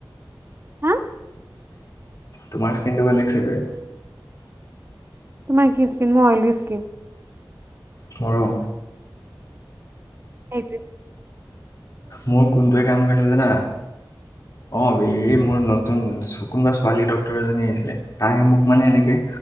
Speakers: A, on the right; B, on the left.
A: হা
B: তোমাৰ স্কিনটো বেলেগ ছাগে
A: তোমাৰ কি স্কিন মোৰ অইলী স্কিন
B: গৰু-
A: সেইটো-
B: মোৰ কোনটোৱে কাম কৰিলে যানা? অ এই মোৰ নতুন কোনোবা ছোৱালী ডক্তৰ এজনী আহিছিলে তাই মোক মানে এনেকে-